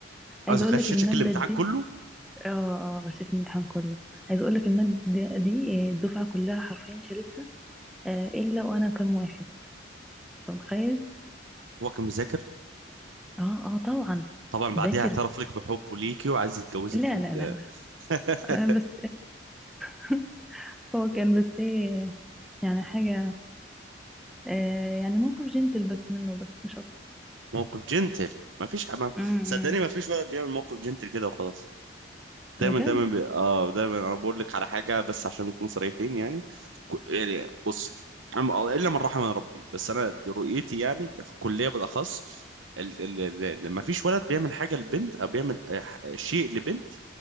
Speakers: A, in the centre; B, on the right.
A: عايزه
B: عايز اغششك
A: اقول لك الماده
B: الامتحان
A: دي
B: كله
A: اه اه غشيت الامتحان كله عايزه اقول لك الماده دي آه، الدفعه كلها حرفيا شالتها آه، الا وانا كام واحد انت متخيل
B: هو كان مذاكر
A: اه اه طبعا
B: طبعا بعديها
A: ذاكر
B: اعترف لك بحبه ليكي وعايز يتجوزك
A: لا
B: ال-
A: لا لا لا
B: <laughs>
A: آه، بس <laughs> هو كان بس ايه يعني حاجة آه يعني موقف جنتل بس منه بس مش أكتر
B: موقف جنتل ما فيش ما
A: امم
B: صدقني ما فيش ولد بيعمل موقف جنتل كده وخلاص دايما
A: بجد
B: دايما بي... اه دايما انا بقول لك على حاجه بس عشان نكون صريحين يعني ك- يعني بص أما- الا من رحم ربي بس انا رؤيتي يعني في الكليه بالاخص ال... ال... ال... ما فيش ولد بيعمل حاجه لبنت او بيعمل ح- شيء لبنت